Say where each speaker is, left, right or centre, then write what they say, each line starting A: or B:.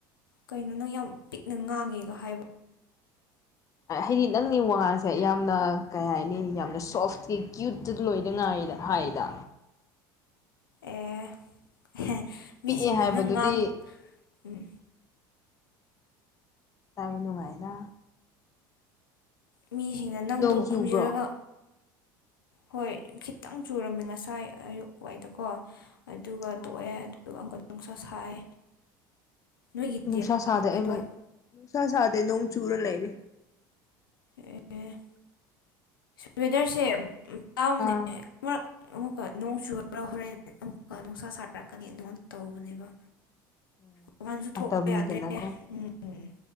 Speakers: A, on the left; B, on the left.
A: ꯀꯩꯅꯣ ꯅꯪ ꯌꯥꯝ ꯄꯤꯛꯅ ꯉꯥꯡꯉꯦꯒ ꯍꯥꯏꯕ
B: ꯍꯥꯏꯗꯤ ꯅꯪꯒꯤ ꯋꯥꯉꯥꯡꯁꯦ ꯌꯥꯝꯅ ꯀꯩ ꯍꯥꯏꯅꯤ ꯌꯥꯝꯅ ꯁꯣꯐꯇꯤ ꯀ꯭ꯌꯨꯠꯇ ꯂꯣꯏꯅ ꯉꯥꯡꯉꯤꯗ ꯍꯥꯏꯗ
A: ꯑꯦ ꯃꯤꯁꯤꯅ
B: ꯄꯤꯛꯑꯦ ꯍꯥꯏꯕꯗꯨꯗꯤ
A: ꯅꯪ ꯉꯥꯡ ꯎꯝ
B: ꯇꯥꯕ ꯅꯨꯡꯉꯥꯏꯗ
A: ꯃꯤꯁꯤꯡꯅ ꯅꯪꯗꯣ
B: ꯅꯣꯡ ꯆꯨꯕ꯭ꯔꯣ
A: ꯈꯨꯝꯖꯤꯜꯂꯒ ꯍꯣꯏ ꯈꯤꯇꯪ ꯆꯨꯔꯝꯃꯤ ꯉꯁꯥꯏ ꯑꯌꯨꯛ ꯋꯥꯏꯗꯀꯣ ꯑꯗꯨꯒ
B: ꯑꯣ
A: ꯇꯣꯛꯑꯦ ꯑꯗꯨꯗꯨ ꯑꯃꯨꯛꯀ ꯅꯨꯡꯁꯥ ꯁꯥꯏ ꯅꯣꯏꯒꯤꯗꯦ
B: ꯅꯨꯡꯁꯥ ꯁꯥꯗꯦ
A: ꯅꯣꯏ
B: ꯑꯩ
A: ꯑꯗꯨꯋꯥꯏ
B: ꯅꯨꯡꯁꯥ ꯁꯥꯗꯦ ꯅꯣꯡ ꯆꯨꯔ ꯂꯩꯔꯤ
A: ꯑꯦ ꯅꯣꯏ ꯑꯗꯥꯏꯁꯦ ꯇꯥꯕꯅꯦ
B: ꯑꯥ
A: ꯃꯔꯛ ꯑꯃꯨꯛꯀ ꯅꯣꯡ ꯆꯨꯔ ꯍꯣꯔꯦꯟ ꯑꯃꯨꯛꯀ ꯅꯨꯡꯁꯥ ꯁꯥꯔꯛꯀꯅꯤ ꯑꯗꯨꯃꯥꯏ ꯇꯧꯕꯅꯦꯕ
B: <inaudible>
A: ꯃꯕꯥꯟꯁꯨ
B: ꯃꯇꯝꯅꯤꯗꯅꯀꯣ
A: ꯊꯣꯛꯄ ꯌꯥꯗ꯭ꯔꯦ ꯎꯝ